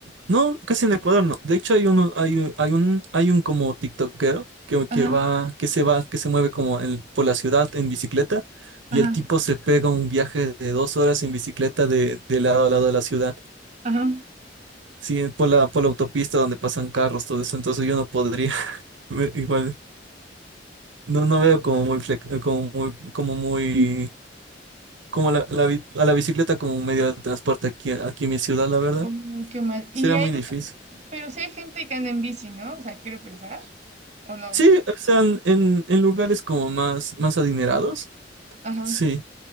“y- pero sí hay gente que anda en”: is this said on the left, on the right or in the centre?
Right